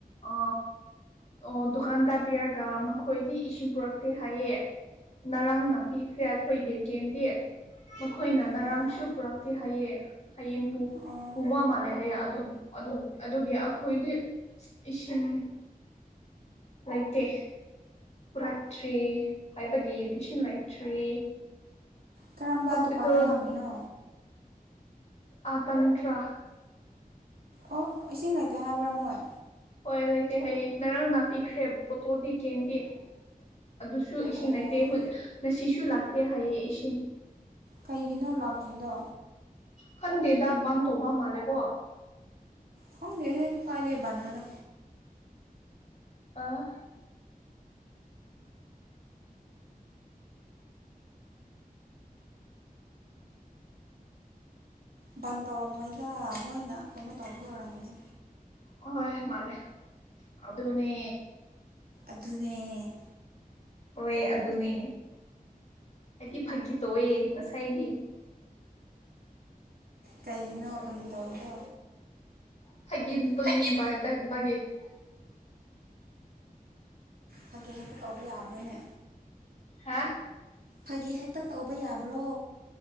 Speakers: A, on the left; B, on the right.
A: ꯑ ꯑꯣ ꯗꯨꯀꯥꯟ ꯇꯥ ꯄꯤꯔꯒ ꯃꯈꯣꯏꯗꯤ ꯏꯁꯤꯡ ꯄꯨꯔꯛꯇꯦ ꯍꯥꯏꯌꯦ ꯉꯔꯥꯡꯅ ꯄꯤꯈ꯭ꯔꯦ ꯑꯩꯈꯣꯏꯒꯤ ꯀꯦꯟꯗꯤ ꯃꯈꯣꯏꯅ ꯉꯔꯥꯡꯁꯨ
B: ꯑꯣ
A: ꯄ꯭ꯔꯛ ꯍꯥꯏꯌꯦ ꯍꯌꯦꯡꯄꯨ
B: ꯑꯣ
A: ꯄꯨꯕ ꯃꯥꯜꯂꯦ ꯍꯌꯦꯡ ꯑꯗꯨ ꯑꯗꯨꯒꯤ ꯑꯩꯈꯣꯏꯗꯤ ꯏꯁꯤꯡ ꯂꯩꯇꯦ ꯎꯔꯛꯇ꯭ꯔꯤ ꯍꯥꯏꯕꯒꯤꯗꯤꯁꯤꯡꯟ ꯂꯩꯇ꯭ꯔꯤ
B: ꯀꯔꯝꯕ
A: ꯍꯣꯁꯄꯤꯇꯥꯜ
B: ꯗꯨꯀꯥꯟꯗ ꯊꯝꯃꯤꯅꯣ
A: ꯑꯥ ꯇꯟꯇ꯭ꯔ
B: ꯑꯣ ꯏꯁꯤꯡ ꯂꯩꯇꯦ ꯍꯥꯏꯕ꯭ꯔꯥ ꯃꯣꯏ
A: ꯍꯣꯏ ꯂꯩꯇꯦ ꯍꯌꯦ ꯅꯔꯥꯡꯅꯥꯄꯤꯈ꯭ꯔꯦ ꯄꯣꯠꯇꯣꯗꯤ ꯀꯦꯡꯗꯤ ꯑꯗꯨꯁꯨ ꯏꯁꯤꯡ
B: ꯑꯣ
A: ꯅꯇꯦ ꯉꯁꯤꯁꯨ ꯂꯥꯛꯇꯦ ꯍꯥꯏꯌꯦ ꯏꯁꯤꯡ
B: ꯀꯩꯒꯤꯅꯣ ꯂꯥꯛꯇ꯭ꯔꯤꯗꯣ
A: ꯈꯟꯗꯦꯗ ꯕꯥꯟ ꯇꯧꯕ ꯃꯥꯜꯂꯦꯀꯣ
B: ꯈꯡꯗꯦꯍꯦ ꯀꯥꯏꯗꯩ ꯕꯟꯅꯣꯗ
A: ꯑꯥ
B: ꯕꯟ ꯇꯧꯔꯝꯃꯣꯏꯗ ꯃꯣꯏꯅ ꯀꯩꯅꯣ ꯇꯧꯕꯒꯤ ꯑꯣꯏꯔꯝꯒꯅꯤ
A: ꯍꯣꯏ ꯃꯥꯂꯦ ꯑꯗꯨꯅꯦ
B: ꯑꯗꯨꯅꯦ
A: ꯍꯣꯏ ꯑꯗꯨꯅꯦ ꯑꯩꯗꯤ ꯐꯒꯤ ꯇꯧꯑꯦ ꯉꯁꯥꯏꯗꯤ
B: ꯀꯩꯒꯤꯅꯣ ꯐꯥꯒꯤ ꯇꯧꯔꯤꯗꯣ
A: <unintelligible>
B: ꯐꯥꯒꯤ ꯐꯥꯒꯤ ꯍꯦꯛꯇ ꯇꯧꯕ ꯌꯥꯕ꯭ꯔꯣꯅꯦ
A: ꯍꯥꯥ
B: ꯐꯥꯒꯤ ꯍꯦꯛꯇ ꯇꯧꯕ ꯌꯥꯕ꯭ꯔꯣ